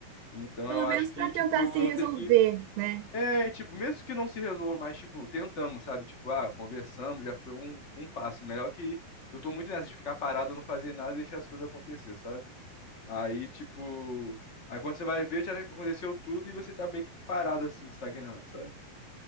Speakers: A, on the left; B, on the right.
A: Então
B: Pelo
A: eu
B: menos
A: acho que,
B: para
A: tipo,
B: tentar se resolver,
A: eu tenho que
B: né?
A: é, e, tipo, mesmo que não se resolva, mas, tipo, tentamos, sabe? Tipo, ah, conversamos, já foi um, um passo. Melhor que, que eu tô muito nessa de ficar parado, não fazer nada e deixar as coisas acontecer, sabe? Aí, tipo, aí quando você vai ver, já aconteceu tudo e você tá meio que parado assim, estagnado, sabe?